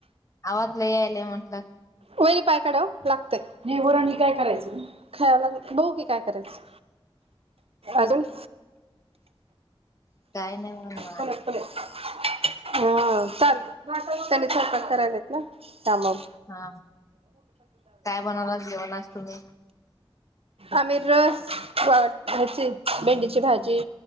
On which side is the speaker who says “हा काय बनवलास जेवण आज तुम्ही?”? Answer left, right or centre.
Left